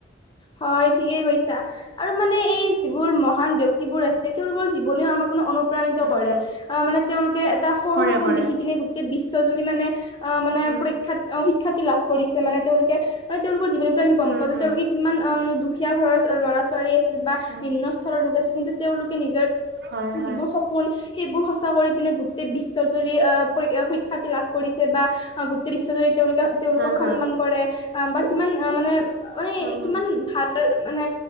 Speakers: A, on the left (about 25°); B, on the right (about 60°).
A: হয় ঠিকেই কৈছা আৰু মানে এই যিবোৰ মহ মহান ব্যয়ক্তিবোৰ আছে তেওঁলোকৰ জীৱনেও আমাৰো <unintelligible> প্ৰাণিত
B: উম,
A: কৰে
B: উম,
A: আহ মানে তেওঁলোকে এটা সৰু
B: কৰে
A: সপোন
B: কৰে।
A: দেখি পিনে গোটেই বিশ্ব তই যদি মানে অঁ মানে
B: উম,
A: পৰীক্ষাত অঁ খ্যাতি লাভ কৰিছ চে মানে তেওঁলোকে মানে তেওঁলোকৰ জীৱনটো আমি গম
B: উম,
A: পাওঁ যে
B: হুম,
A: তেওঁলোকে উম দুখীয়া ঘৰৰ ল'ৰা ছোৱালী আছে বা
B: হুম,
A: নিম্নস্থলৰ লোক আছিল কিন্তু তেওঁলোকে নিজৰ
B: হয়, হয়,
A: যিবোৰ সপোন সেইবোৰ সঁচা কৰি পিনে গোটেই বিশ্বজুৰি আ <unintelligible> খ্যাতি লাভ কৰিছে বা গোটেই বিশ্বজুৰিত তেওঁলোকে তেওঁলোকক
B: হা, হা,
A: সন্মান কৰে। আ বা কিমান আ মানে মানে
B: উম, হুম,
A: কিমান ভাল মানে